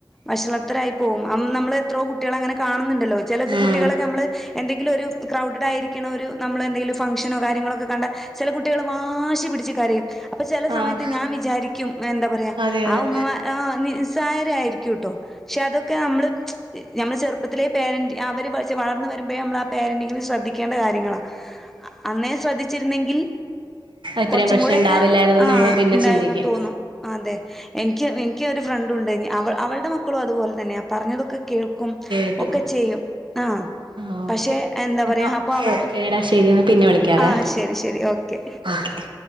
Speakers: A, in the centre; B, on the right (about 85°).
A: വഷളത്തരായി പോകും നമ്മൾ എത്രോ കുട്ടി കുട്ടികൾ അങ്ങനെ കാണുന്നുണ്ടല്ലോ ചില
B: ഉം
A: കുട്ടികളൊക്കെ നമ്മള് എന്തെങ്കിലും ഒരു ക്രൗഡ് ആയിരിക്കും ക്ക ണ ഒരു നമ്മൾ എന്തെങ്കിലും ഫംഗ്ഷനോ കാര്യങ്ങളൊക്കെ കണ്ട ചില കുട്ടികള് വാശി പിടിച്ച് കരയും അപ്പൊ ചില സമയത്ത്
B: ആഹ്
A: ഞാൻ വിചാരിക്കും എന്താ പറയാ
B: അതെ അതെ
A: ആ ഉമ്മ സാ ഹ ചര്യം ആയിരിക്കും കേട്ടോ പക്ഷെ അതൊക്കെ നമ്മള് നമ്മള് ചെറുപ്പത്തിലെ പേരന്റ് അവർ വളർന്ന് വരുമ്പോഴ നമ്മള ആ പേരന്റിങ്ങ ശ്രദ്ധിക്കേണ്ട കാര്യങ്ങളാ അന്നേ ശ്രദ്ധിച്ചിരുന്നെങ്കിൽ
B: ഇത്രയും
A: കുറച്ചും
B: പ്രശ്നം
A: കൂടൊ
B: ഉണ്ടാവില്ലായിരുന്നുന്ന്
A: ക്കെ ആഹ
B: നമ്മൾ പിന്നെ
A: ഉണ്ടായിന്ന്
B: ചിന്തിക്കും
A: തോന്നും അതെ എനിക്ക് എനിക്ക് ഒരു ഫ്രണ്ടു ണ്ട് കഞ് അവൾ അവളുടെ മക്കളും അതുപോലെ തന്നെയാണ് പറഞ്ഞതൊക്കെ കേൾക്കും
B: കേട്ടു
A: ഒക്കെ ചെയ്യും ആഹ
B: ആഹ്
A: പക്ഷെ
B: ഓക്കെ
A: എന്താ
B: എന്നാ
A: പറയാ അപ്പൊ അവള്
B: ഓക്കേടാ ശരി എന്നാ പിന്നെ വിളിക്കാവേ
A: ആഹ ശരി ശരി ഓക്കെ
B: ഓക്കെ